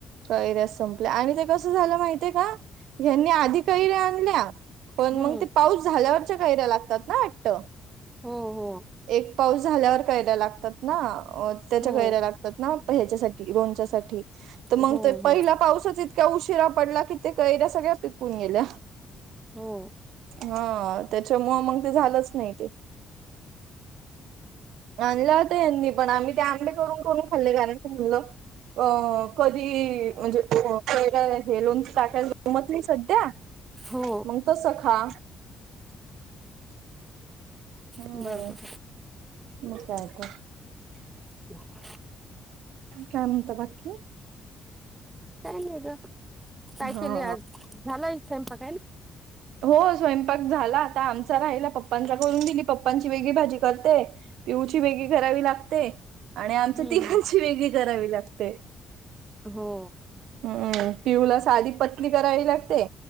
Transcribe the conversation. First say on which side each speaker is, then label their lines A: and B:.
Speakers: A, on the right; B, on the right.
A: कैऱ्या संपल्या आणि ते कसं झालं माहितीय का? ह्यांनी आधी कैऱ्या आणल्या. पण
B: हम्म
A: मग ते पाऊस झाल्यावरच्या कायऱ्या लागतात ना वाटत?
B: हो हो
A: एक पाऊस झाल्यावर, कैऱ्या लागतात ना त्याच्या
B: हो
A: कैऱ्या लागतात. ना ह्याच्यासाठी रोनच्या साठी तर मग
B: हो
A: ते
B: हो
A: पहिला पाऊसच येत इतक्या उशिरा पडला कि ते कैऱ्या सगळ्या पिकून गेल्या
B: हो
A: हा. त्याच्यामुळं मग ते झालंच नाही ते. आणला होता यांनी पण आम्ही ते आंबे करून करून खाल्ले कारण क म्हणलं अ कधी म्हणजे हे कैरी लोणचं टाकाय जमत नाही सध्या
B: हो
A: मग तस खा. हम्म
B: बरोबर
A: मग काय कर
B: ह <unintelligible>
A: काय म्हणता बाकी?
B: काय नाही ग काय
A: हा
B: केली आज झालाय स्वयंपाक?
A: हो स्वयंपाक झाला आता आमचा राहिला पप्पांचा करून दिली पप्पांची वेगळी भाजी करते पिऊची वेगळी करावी लागते आणि आमच्या
B: हम्म
A: तिघांची वेगळी करावी लागते.
B: हो.
A: हम्म पिऊला साधी पतली करावी लागते